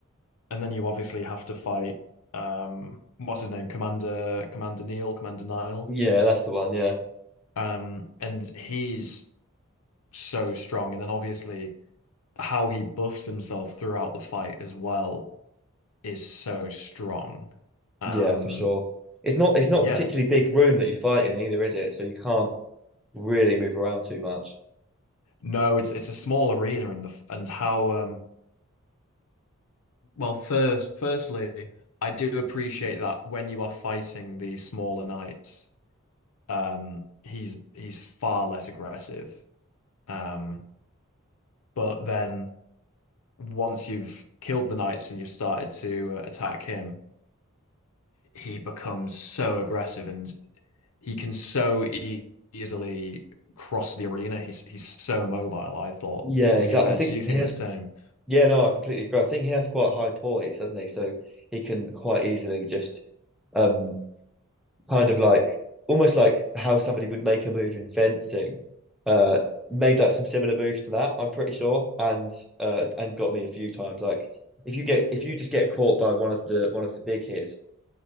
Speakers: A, on the left; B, in the centre.
A: and then you obviously have to fight um what's his name? Commander Commander Neil, Commander Nile.
B: yeah that's the one yeah
A: Um and he's so strong. And then obviously how he buffs himself throughout the fight as well is so strong. Um
B: yeah for sure it's not it's not
A: yeah.
B: a particularly big room that you fight in either is it so you can't really move around too much
A: No, it's it's a small arena and the and how um well first firstly I do appreciate that when you are fighting the smaller knights um he's he's far less aggressive. Um But then once you've killed the knights and you've started to uh, attack him, he becomes so aggressive and he can so e easily cross the arena. He's he's so mobile, I thought.
B: Yeah,
A: Did
B: exactly.
A: you uh,
B: I think
A: do you think
B: he has.
A: the same?
B: Yeah, no, I completely agree. I think he has quite high poise, doesn't he? So he can quite easily just um kind of like almost like how somebody would make a move in fencing. Uh, made like some similar moves to that, I'm pretty sure, and uh and got me a few times. Like if you get if you just get caught by one of the one of the big hits,